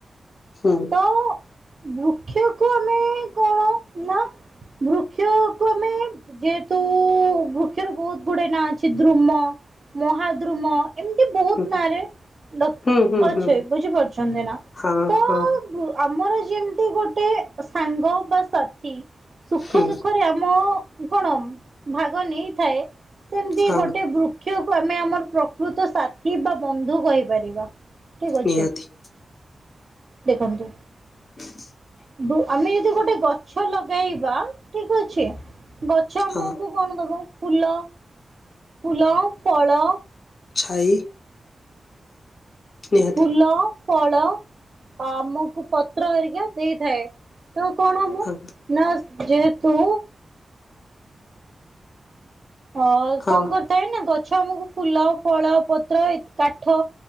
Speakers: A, on the left (about 45°); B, on the right (about 35°).
A: ହୁଁ।
B: ତ ବୃକ୍ଷକୁ ଆମେ କଣ ନା ବୃ କ୍ଷକୁ ଆମେ ଯେହେତୁ ବୃକ୍ଷର ବହୁତ ଗୁଡେ ନାଁ ଅଛି ଦ୍ରୁମ। ମହାଦ୍ରୁମ। ଏମତି ବହୁତ
A: ହୁଁ
B: ନାଁରେ ଡ଼କ
A: ହୁଁ ହୁଁ
B: ଅଛେ
A: ହୁଁ
B: ବୁଝିପାରୁଚନ୍ତି ନା
A: ହଁ
B: ତ।
A: ହଁ
B: କୁ ଆମର ଯେମତି ଗୋଟେ ସାଙ୍ଗ ବା ସାଥି। ସୁଖ
A: ହୁଁ
B: ଦୁଃଖରେ ଆମ କଣ ଭାଗ ନେଇଥାଏ। ସେମତି
A: ହଁ
B: ଗୋଟେ ବୃକ୍ଷକୁ ଆମେ ଆମର ପ୍ରକୃତ ସାଥି ବା ବନ୍ଧୁ କହିପାରିବା। ଠିକ
A: ନିହାତି।
B: ଅଛି ଦେଖନ୍ତୁ।
A: <inaudible>
B: ବୋ ଆମେ ଯଦି ଗୋଟେ ଗଛ ଲଗେଇବା ଠିକ୍ ଅଛି ଗଛ। ଆମକୁ
A: ହଁ।
B: କଣ ଦବ ଫୁଲ ଫୁଲ ଓ ଫଳ।
A: ଛାଇ। ନିହାତି
B: ଫୁଲ ଫଳ ଆମୁକୁ ପତ୍ର ଘରିକା ଦେଇଥାଏ। ତୁ କଣ ହବୁ
A: ହଁ
B: ନା ଯେହେତୁ। ଅ
A: ହଁ
B: କଣ କର କାଇଁ ନା ଗଛ ଆମୁକୁ ଫୁଲ ଫଳ ପତ୍ର ଇତ କାଠ